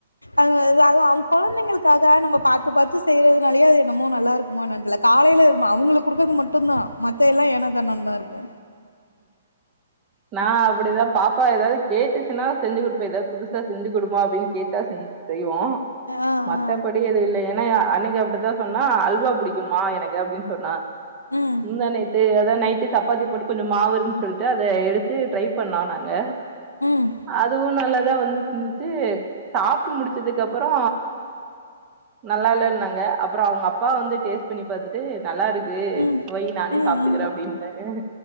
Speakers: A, on the left (about 80°); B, on the right (about 30°).
A: அது அவங்க கொழந்தைங்களுக்காக நம்ம பாத்து பாத்து செய்யறதுனாலயே அது என்னமோ நல்லாருக்குமோ என்னன் தெல்லக் காலைல ம அவுங்களுக்குக் குடுக்கற்து மட்டுந்தா மத்த எல்லா ஏனோ தாணோன்தா இருக்கூ
B: நா அப்புடிதா பாப்பா எதாதுகேட்டுச்சுன்னா செஞ்சி குடுப்பே ஏதாவ் புதுசா செஞ்சி குடுப்போ அப்டின் கேட்டா செஞ் செய்வோ
A: ஆ
B: மத்தபடி
A: ஆ
B: எது இல்லையே ந அன்னைக்கு அப்பிடித்தா சொன்னா அல்வா புடிக்குமா எனக்கு அப்டின் சொன்னா
A: ம்
B: முந்தாநேத்து அதா நைட்டு சப்பாத்தி போட்டு கொஞ்சொ மாவு இருந்து சொல்ட்டு அத எடுத்து ட்ரை. பண்ணா நாங்க
A: ம்
B: அதுவு நல்லதா வந்துட் ந்து ட்டு சாப்ட்டு முடிச்சுதுக் அப்பறோ நல்லால்லன்னாங்க அப்புற அவுங்க அப்பா வந்து டேஸ் பண்ணி பாத்துட்டு நல்லாருக்கு
A: ம்
B: வை நானே
A: ம்
B: சாப்புட்டுக்கறே
A: ம்
B: அப்டின்ட்டாங்க